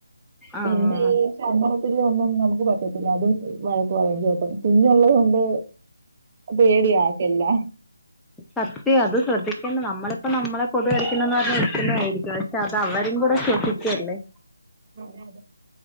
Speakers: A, in the centre; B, on the right.
A: ആഹ്
B: പി <unintelligible> ചന്ദനതിരി ഒന്നും നമുക്ക് പറ്റത്തില്ല അതും വഴക്ക് പറയും ചേട്ടൻ കുഞ്ഞുള്ളതൊണ്ട് പേടി ആക്കല്ല
A: സത്യ അത് ശ്രദ്ധിക്കേണ്ട നമ്മളിപ്പ നമ്മളെ കൊതു കടിക്കണന്ന് <unintelligible> അത അവരും കൂടെ ഷേധിക്കല്ലേ
B: <unintelligible>